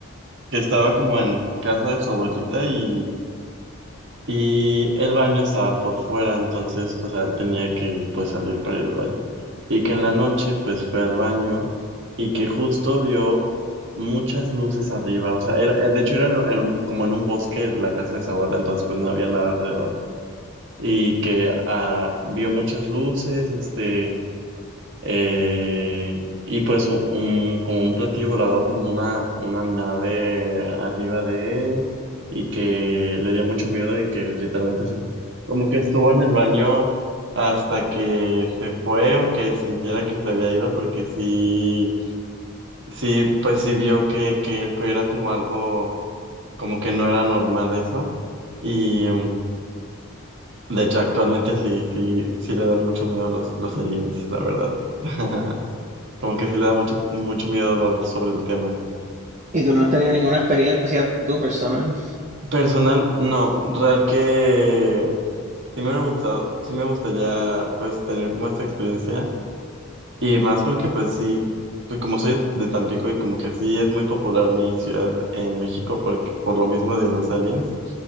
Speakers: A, on the right (about 55°); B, on the right (about 35°).
A: que estaba como en casa de su abuelita y, y el baño estaba por fuera, entonces, o sea, él tenía que pues salir para ir al baño. Y que en la noche pues fue al baño y que justo vio muchas luces arriba, o sea, era, eh, de hecho era en en un- como en un bosque la casa de su abuela, entonces pues no había nada alrededor. Y que ah, vio muchas luces, este... Eh, y pues u- un, como un platillo volador, como una, una nave arriba de él y que le dio mucho miedo y que literalmente se, como que estuvo en el baño hasta que se fue o que sintiera que se había ido porque sí, sí, pues sí vio que, que, que era como algo, como que no era normal eso y em, de hecho actualmente sí, sí, sí le dan mucho miedo los, los aliens, la verdad. <laughs> Como que sí le da mucho, mucho miedo hablar sobre el tema.
B: Y tú no has tenido ninguna experiencia tú personal,
A: Personal, no. Real que sí me hubiera gustado, sí me gustaría pues tener como esta experiencia. Y más porque pues sí, pues como soy de Tampico y como que sí es muy popular mi ciudad en México porque, por lo mismo de los aliens.